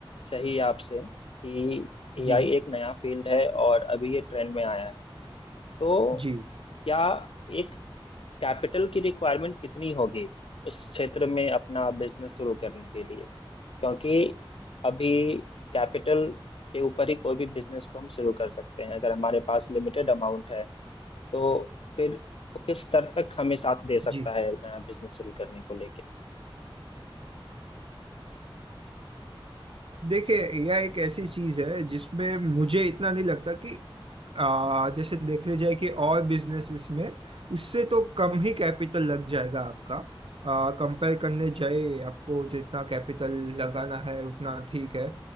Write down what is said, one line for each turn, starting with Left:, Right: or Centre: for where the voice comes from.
Left: चाहिए आपसे कि एआई
Right: जी
Left: एक नया फील्ड है और अभी ये ट्रेंड में आया है तो
Right: जी
Left: क्या एक कैपिटल की रिक्वायरमेंट कितनी होगी उस क्षेत्र में अपना बिजनेस शुरू करने के लिए क्योंकि अभी कैपिटल के ऊपर ही कोई भी बिजनेस को हम शुरू कर सकते हैं अगर हमारे पास लिमिटेड अमाउंट है तो फिर वो किस स्तर तक हमें साथ दे सकता
Right: जी
Left: है नया बिजनेस शुरू करने को लेके
Right: देखिए एआई एक ऐसी चीज है जिसमें मुझे इतना नहीं लगता कि आ, जैसे देखने जाए कि और बिजनेसेस में उससे तो कम ही कैपिटल लग जाएगा आपका कंपेयर करने जाए आपको जितना कैपिटल लगाना है उतना ठीक है